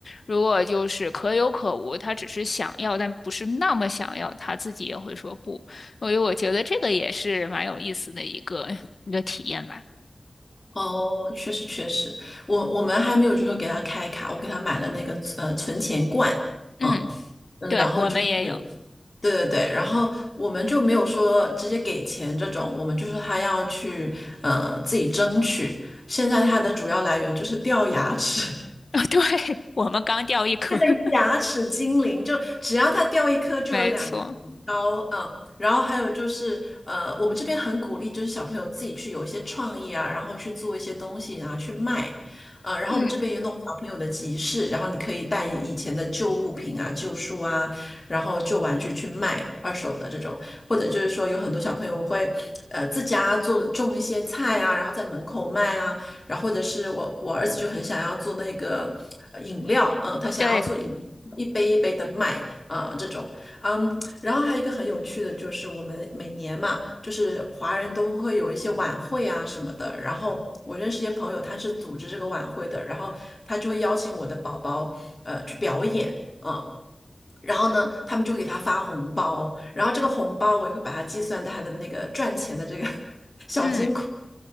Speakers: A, on the left; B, on the left.
A: 如果就是可有可无，他只是想要但不是那么想要，他自己也会说不。所以我觉得这个也是蛮有意思的一个一个体验吧。
B: 哦，确实确实，我我们还没有就是说给他开卡，我给他买了那个呃存钱罐，
A: 嗯，
B: 嗯嗯，
A: 对，
B: 然后就是对
A: 我们也有，<laughs>
B: 对对，然后我们就没有说直接给钱这种，我们就是他要去呃自己争取。现在他的主要来源就是掉牙齿，
A: 哦，对，我们刚掉一颗，
B: 这个牙齿精灵，
A: <laughs>
B: 就只要它掉一颗就有两刀，
A: 没错。
B: 嗯，然后还有就是，呃，我们这边很鼓励，就是小朋友自己去有一些创意啊，然后去做一些东西然后去卖，啊，然后我们这边有那种小朋友的集市，
A: 嗯，
B: 然后你可以带以前的旧物品啊、旧书啊，然后旧玩具去卖二手的这种，或者就是说有很多小朋友会，呃，自家做种一些菜啊，然后在门口卖啊。然后或者是我我儿子就很想要做那个呃饮料，嗯、他想要做饮一杯一杯的卖，
A: 对，
B: 啊、呃这种，嗯，然后还有一个很有趣的就是我们每年嘛，就是华人都会有一些晚会啊什么的，然后。我认识一些朋友，他是组织这个晚会的，然后他就会邀请我的宝宝，呃，去表演，嗯，然后呢，他们就给他发红包，然后这个红包我也会把它计算在他的那个赚钱的这个 <laughs> 小金库
A: 嗯，